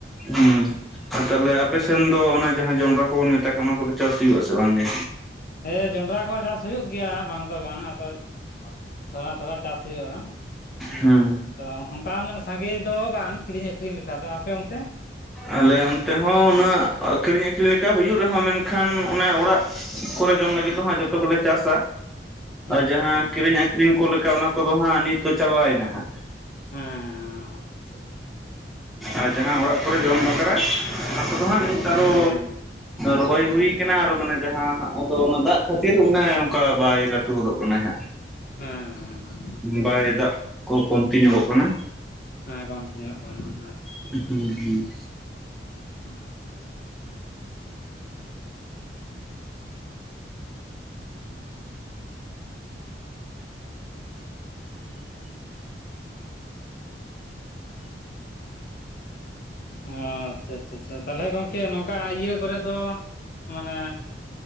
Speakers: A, in the centre; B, on the left.
A: ᱦᱩᱸ ᱟᱨ ᱛᱟᱦᱚᱞᱮ ᱟᱯᱮᱥᱮᱱ ᱫᱚ ᱚᱱᱟ ᱡᱟᱦᱟᱸ ᱡᱚᱱᱰᱨᱟ ᱠᱚᱵᱚᱱ ᱢᱮᱛᱟᱜ ᱠᱟᱱᱟ ᱚᱱᱟ ᱠᱚᱫᱚ ᱪᱟᱥ ᱦᱩᱭᱩᱜ ᱟ ᱥᱮ ᱵᱟᱝ ᱜᱮ?
B: ᱦᱮᱸ ᱡᱚᱱᱰᱨᱟ ᱠᱚ ᱪᱟᱥ ᱦᱩᱭᱩᱜ ᱜᱮᱭᱟ ᱵᱟᱝ ᱫᱚ ᱵᱟᱝ ᱟᱫᱚ, ᱛᱷᱚᱲᱟ ᱛᱷᱚᱲᱟ ᱪᱟᱥ ᱦᱩᱭᱩᱜᱼᱟ ᱦᱮᱸ
A: ᱦᱩᱸ
B: ᱚᱱᱠᱟ ᱢᱟᱱᱮ ᱥᱟᱸᱜᱮ ᱫᱚ ᱵᱟᱝ, ᱠᱤᱨᱤᱧ ᱟᱹᱠᱷᱨᱤᱧ ᱞᱮᱠᱷᱟ ᱫᱚ᱾ ᱟᱯᱮ ᱚᱱᱛᱮ?
A: ᱟᱞᱮ ᱚᱱᱛᱮ ᱦᱚᱸ ᱩᱱᱟᱹᱜ ᱟᱠᱷᱨᱤᱧ ᱟᱠᱷᱨᱤᱧ ᱞᱮᱠᱟ ᱦᱩᱭᱩᱜ ᱨᱮᱦᱚᱸ ᱢᱮᱱᱠᱷᱟᱱ ᱚᱱᱮ ᱚᱲᱟᱜ ᱠᱚᱨᱮ ᱡᱚᱢ ᱞᱟᱹᱜᱤᱫ ᱫᱚ ᱦᱟᱜ ᱡᱚᱛᱚ ᱜᱮᱞᱮ ᱪᱟᱥᱟ᱾ ᱟᱨ
B: ᱟᱪᱪᱷᱟ
A: ᱡᱟᱦᱟᱸ
B: ᱟᱪᱪᱷᱟ ᱦᱮᱸ
A: ᱠᱤᱨᱤᱧ ᱟᱠᱷᱨᱤᱧ ᱠᱚ ᱞᱮᱠᱟ ᱚᱱᱟ ᱠᱚᱫᱚ ᱦᱟᱸᱜ ᱱᱤᱛ ᱫᱚ ᱪᱟᱵᱟᱭᱮᱱᱟ ᱦᱟᱸᱜ᱾
B: ᱦᱮᱸ <unintelligible>
A: ᱟᱨ ᱡᱟᱦᱟᱸ ᱚᱲᱟᱜ ᱠᱚᱨᱮ ᱡᱚᱢ ᱵᱟᱠᱷᱨᱟ ᱚᱱᱟ ᱠᱚᱫᱚ ᱦᱟᱸᱜ ᱱᱤᱛᱟᱨ ᱟᱨᱚ
B: ᱦᱮᱸ ᱦᱮᱸ ᱦᱮᱸ
A: ᱨᱚᱦᱚᱭ ᱦᱩᱭ ᱠᱟᱱᱟ ᱟᱨ ᱢᱟᱱᱮ ᱡᱟᱦᱟᱸ ᱦᱟᱸᱜ ᱟᱫᱚ ᱚᱱᱟ ᱫᱟᱜ ᱠᱷᱟᱹᱛᱤᱨ ᱚᱱᱮ ᱚᱱᱠᱟ ᱵᱟᱭ ᱞᱟᱹᱴᱩ ᱦᱚᱫᱚᱜ ᱠᱟᱱᱟᱭ ᱦᱟᱸᱜ᱾
B: ᱦᱮᱸ ᱦᱮᱸ ᱦᱮᱸ ᱟᱪᱪᱷᱟ
A: ᱵᱟᱭ ᱫᱟᱜ ᱠᱚ ᱠᱚᱢᱛᱤ ᱧᱚᱜᱚᱜ ᱠᱟᱱᱟ᱾
B: ᱦᱮᱸ ᱠᱚᱢᱛᱮ ᱧᱚᱜ ᱠᱟᱱᱟ <unintelligible>
A: <inaudible>
B: ᱚ <inaudible> <inaudible> ᱚ ᱟᱪᱪᱷᱟ ᱟᱪᱪᱷᱟ ᱪᱷᱟ ᱛᱟᱦᱞᱮ ᱜᱚᱝᱠᱮ ᱱᱚᱝᱠᱟ ᱤᱭᱟᱹ ᱠᱚᱨᱮ ᱫᱚ ᱢᱟᱱᱮ